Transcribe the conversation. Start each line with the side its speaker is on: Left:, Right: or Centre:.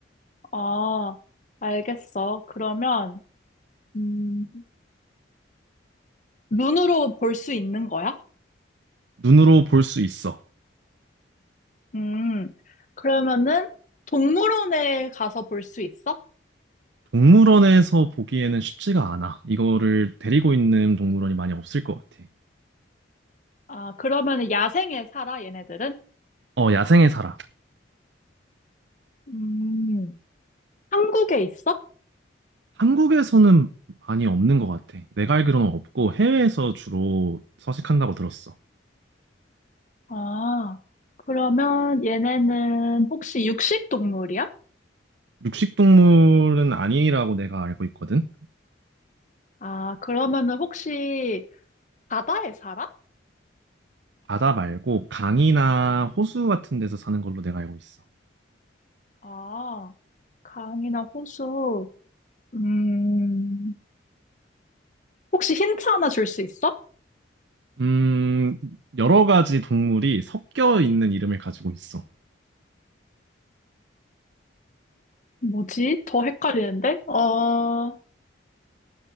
Left: 아, 알겠어. 그러면, 음, 눈으로 볼 수 있는 거야?
Right: 눈으로 볼 수 있어.
Left: 음, 그러면은 동물원에 가서 볼 수 있어?
Right: 동물원에서 보기에는 쉽지가 않아. 이거를 데리고 있는 동물원이 많이 없을 것 같아.
Left: 아, 그러면은 야생에 살아, 얘네들은?
Right: 어, 야생에 살아.
Left: 음, 한국에 있어?
Right: 한국에서는 많이 없는 것 같아. 내가 알기로는 없고 해외에서 주로 서식한다고 들었어.
Left: 아, 그러면 얘네는 혹시 육식 동물이야?
Right: 육식동물은 아니라고 내가 알고 있거든.
Left: 아, 그러면은 혹시 바다에 살아?
Right: 바다 말고 강이나 호수 같은 데서 사는 걸로 내가 알고 있어.
Left: 아, 강이나 호수. 음, 혹시 힌트 하나 줄 수 있어?
Right: 음, 여러 가지 동물이 섞여 있는 이름을 가지고 있어.
Left: 뭐지? 더 헷갈리는데? 어,